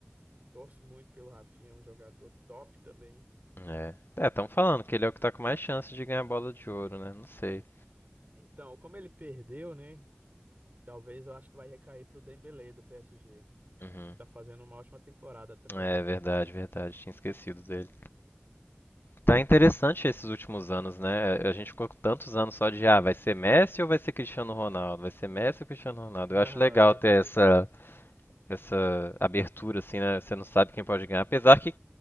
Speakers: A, on the right; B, on the left.
A: Torço muito pelo Rafinha, é um jogador top também.
B: É. É, estão falando que ele é o que tá com mais chance de ganhar a bola de ouro, né? Não sei.
A: Então, como ele perdeu, né? Talvez eu acho que vai recair pro Dembélé do PSG,
B: Uhum.
A: que tá fazendo uma ótima temporada também.
B: É verdade, verdade. Tinha esquecido dele. Tá interessante esses últimos anos, né? A gente ficou com tantos anos só de ah, vai ser Messi ou vai ser Cristiano Ronaldo? Vai ser Messi ou Cristiano Ronaldo?
A: <laughs>
B: Eu
A: Ah,
B: acho legal
A: Verdade.
B: ter essa essa abertura, assim, né? Você não sabe quem pode ganhar. Apesar que